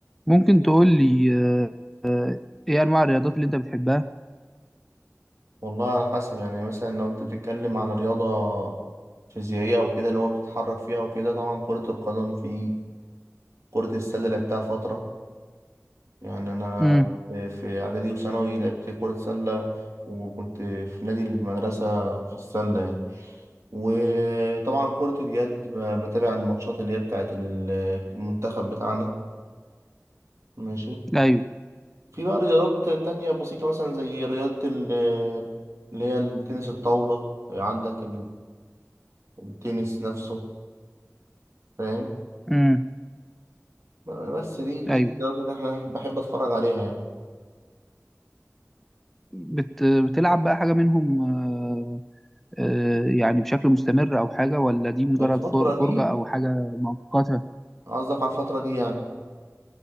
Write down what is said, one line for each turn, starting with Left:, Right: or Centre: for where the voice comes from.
Centre: ممكن تقول لي آه، ايه انواع الرياضات اللي انت بتحبها
Right: والله على حسب يعني مثلا لو انت بتتكلم على رياضة فيزيائية او كده اللي هو بتتحرك فيها وكده طبعا كرة القدم في كرة السلة لعبتها فترة يعني انا
Centre: امم
Right: في اعدادي وثانوي لعبت كرة سلة وكنت في نادي المدرسة في السلة يعني. وطبعا كرة اليد ب- بتابع الماتشات اللي هي بتاعت ال- المنتخب بتاعنا ماشي
Centre: ايوه
Right: في بقى رياضات تانية بسيطة مثلا زي رياضة ال- اللي هي التنس الطاولة عندك التنس نفسه فاهم
Centre: امم
Right: بس دي دي
Centre: ايوه
Right: الرياضات اللي احنا بحب اتفرج عليها يعني
Centre: بت... بتلعب بقى حاجه منهم آه، آه، يعني بشكل مستمر او حاجه ولا دي مجرد
Right: الفترة
Centre: فر- فرجه
Right: دي
Centre: او حاجه مؤقته
Right: قصدك على الفترة دي يعني